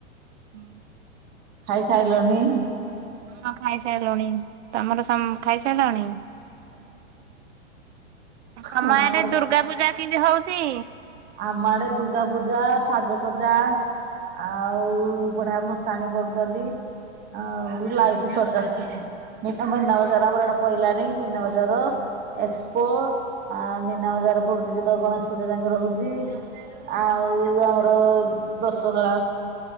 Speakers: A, on the right; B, on the right.
A: <inaudible>
B: ଖାଇସାରିଲନି?
A: ହଁ ଖାଇସାରିଲୁଣି ତମର ସମ ଖାଇସାରିଲଣି?
B: <unintelligible> ହଁ
A: ତମ
B: ଆମର
A: ଏଡେ ଦୁର୍ଗା ପୂଜା କିମିତି ହୋଉଚି?
B: ଆମ ଆଡେ ଦୂର୍ଗା ପୂଜା ସାଜ ସଜା ଆଉ ବଢିଆ ଭଷାଣି କରୁଚନ୍ତି। ଆଉ ଲାଇଟ୍ ସଜାଡୁ ଚନ୍ତି। ମିନା ମିନା ବଜାର ୟାଡେ ପଇଲାଣି ମିନା ବଜାର। ଏକ୍ସପୋ ଆ ମିନା ବଜାର ପଡ଼ୁଚି ଯେ ଗଣେଶ ପୂଜା ଯାଙ୍କ ରହୁଚି। ଜେ ଆଉ ଆମର ଦଶହରା।